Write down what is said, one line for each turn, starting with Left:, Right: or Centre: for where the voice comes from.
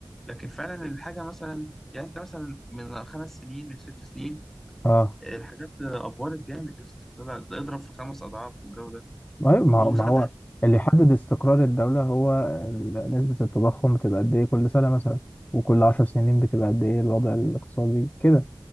Centre: لكن فعلا الحاجة مثلا يعني أنت مثلا من خمس سنين من ست سنين
Left: اه
Centre: آه، الحاجات آه، أفورت جامد يا اسطى ده- ده ده اضرب في خمس أضعاف والجو ده
Left: أيوة، ما
Centre: وصدقني
Left: هو ما هو اللي يحدد استقرار الدولة هو ال- نسبة التضخم بتبقى قد إيه كل سنة مثلا وكل عشر سنين بتبقى قد إيه الوضع الاقتصادي كده